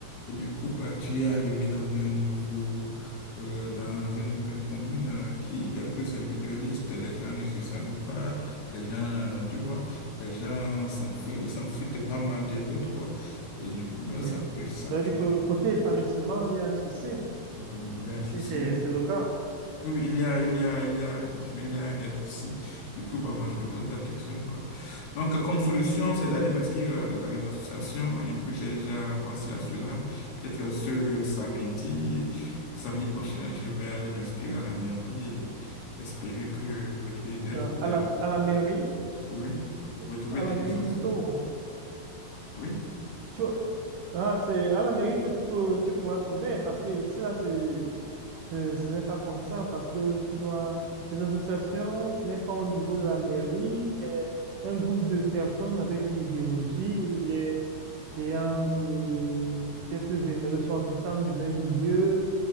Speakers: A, on the left; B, on the right.
A: Et du coup, bah, tu es arrivé dans un nouveau, euh, dans une nouvelle commune euh, qui est plus individualiste. Les gens ne se saluent pas. Les gens, euh, tu vois, les gens s'enfuient, ils s'enfuient pas mal des autres, quoi. Et du coup, bah,
B: Oui.
A: ça, touche- ça
B: Ça
A: touche.
B: veut dire que côté épanouissement, il y a un souci.
A: Oui, Il y a un
B: Si,
A: souci.
B: c'est
A: Il y a-
B: c'est le cas.
A: Oui, oui, il y a, il y a, il y a, effectivement, il y a un réel souci. Du coup, bah, moi, je me pose la question. bah. Donc, comme solution, c'est d'aller m'inscrire euh, dans les associations. Du coup, j'ai déjà pensé à cela. Peut-être euh, ce samedi, le samedi prochain, je vais aller m'inscrire à la mairie et espérer que je vais trouver des,
B: Euh, À
A: oui,
B: la, à la mairie,
A: oui,
B: tu-
A: je vais trouver
B: à
A: des
B: la mairie
A: personnes.
B: plutôt.
A: Oui.
B: Tu, ah, c'est à la mairie que tu peux, tu pourras trouver parce que ici, là, c'est, c'est- ce n'est pas comme ça parce que tu dois, les associations, ce n'est pas au niveau de la mairie, mais un groupe de personnes avec une idéologie ou bien et en euh, peut-être vén- ressortissant du même milieu,